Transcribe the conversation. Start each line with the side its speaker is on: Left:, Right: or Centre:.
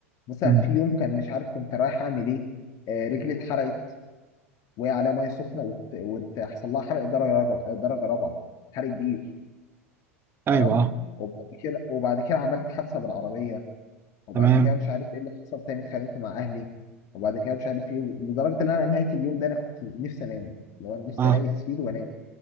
Left: مثلا
Right: مم.
Left: في يوم كان مش عارف كنت رايح اعمل ايه آه، رجلي اتحرقت وقع عليها ميه سخنه وت... وتحصل لها حرق درجه رابعه درجه رابعه حرق كبير
Right: ايوه
Left: تمام
Right: اه
Left: وبعد كده وبعد كده عملت حادثه بالعربيه وبعد
Right: تمام
Left: كده مش عارف ايه اللي حصل تاني اتخانقت مع اهلي وبعد كده مش عارف ايه لدرجه ان انا نهايه اليوم ده انا كنت نفسي انام اللي هو نفسي
Right: اه
Left: الاقي سرير وانام